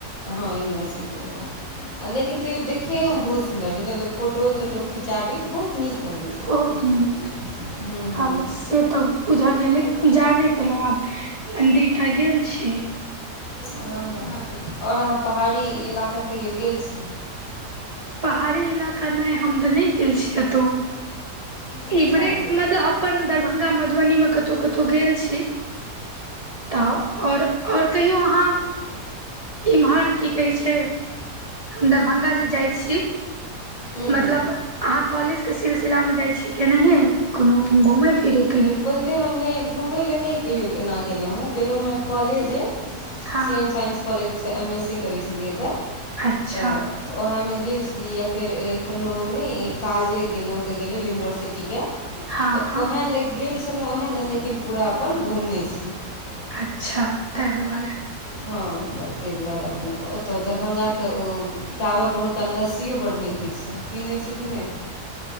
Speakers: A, on the left; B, on the right.
A: हँ यूनिवर्सिटीवला। आ लेकिन तैयो देखैयो मे बहुत सुन्दर छै एत लोग फोटो तोटो खिंचाबी त बहुत नीक- अबै छै। हुं
B: बहुत नीक
A: हुं-
B: आबै से तऽ बुझलयै लेकिन हम जा नै पेलहुं आब मंदिर टा गेल छी।
A: हँ हँ और अहाँ पहाड़ी इलाका कहियो गेल छियै?
B: पहाड़ी इलाका नहि हम तऽ नहि गेल छी कतहु
A: अच्छा
B: एमहरे मतलब अपन दरभंगा मधुबनी मे कतहु -कतहु गेल छी। तऽ और -और कहियौ अहाँ इम्हर की कहे छै हम दरभंगा जे जाय छी
A: हूँ
B: मतलब
A: हूँ
B: अहाँ कॉलेज के सिलसिला मे जाइ छीयै की ओनाहिये कोनो घूमय फिरै के लेल?
A: नै हम नहि घुमय लए नहि कहियौ एना गेलहुँ हँ गेलहुँ हँ कॉलेजे
B: हँ
A: सी एम साइंस कॉलेज सँ एम एस सी करै छलियै तऽ
B: अच्छा
A: तऽ ओहे मे गेल छलीयैये फेर ए-कोनो नै काजे गेलहुं त गेल रहियै यूनिवर्सिटी के
B: हँ
A: तऽ
B: हँ
A: वेहे ले गेल छलहुँ वएह लए लेकिन पूरा अपन घुमने छी।
B: अच्छा। ताहि दुआरे
A: हँ तऽ तय दुआरे अपन ओतय दरभंगाके ओ टावर परहुका लस्सियो बड्ड नीक होइत छै पीने छी कि नहि?